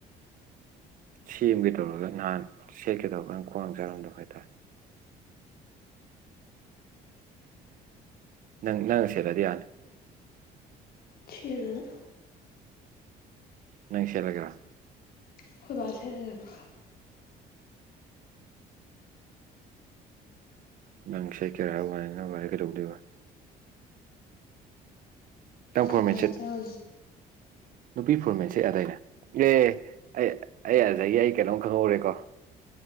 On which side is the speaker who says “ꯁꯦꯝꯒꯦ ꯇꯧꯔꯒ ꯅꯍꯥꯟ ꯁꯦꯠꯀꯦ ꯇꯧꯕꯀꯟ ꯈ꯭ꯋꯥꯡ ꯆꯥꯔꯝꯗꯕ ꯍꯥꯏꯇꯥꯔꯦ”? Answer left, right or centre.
Right